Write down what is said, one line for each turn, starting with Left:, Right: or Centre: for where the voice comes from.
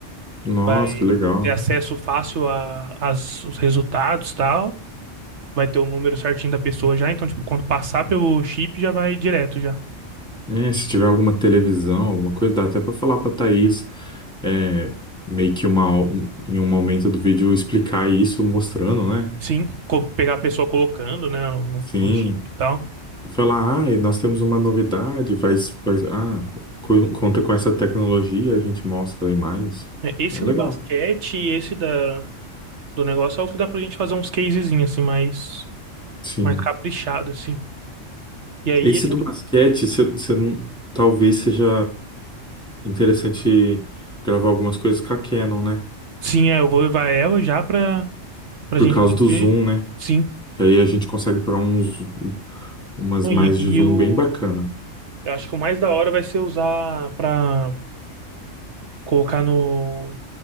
Centre: Nossa,
Right: vai
Centre: que legal.
Right: ter acesso fácil a, as, os resultados e tal. Vai ter o número certinho da pessoa já. Então, tipo, quando passar pelo chip, já vai direto já.
Centre: É, se tiver alguma televisão, alguma coisa, dá até para falar para Thaís, é, meio que uma, em um momento do vídeo explicar isso, mostrando, né?
Right: Sim, co- pegar a pessoa colocando, né, no, no-
Centre: Sim.
Right: no ch- e tal.
Centre: E falar, ah, e nós temos uma novidade, vai, vai, ah, co- conta com essa tecnologia, a gente mostra imagens.
Right: É, Esse
Centre: É legal.
Right: do basquete e esse da, do negócio é o que dá pra gente fazer uns casezinhos, assim, mais,
Centre: Sim.
Right: mais caprichado, assim. E aí,
Centre: Esse do basquete, você você não- talvez seja interessante gravar algumas coisas com a Canon, né?
Right: sim, é, eu vou levar ela já pra, pra
Centre: Por
Right: gente
Centre: causa
Right: poder,
Centre: do zoom, né?
Right: sim.
Centre: Que aí a gente consegue pegar uns, umas
Right: E,
Centre: mais de zoom
Right: e o,
Centre: bem bacana.
Right: eu acho que o mais da hora vai ser usar pra colocar no,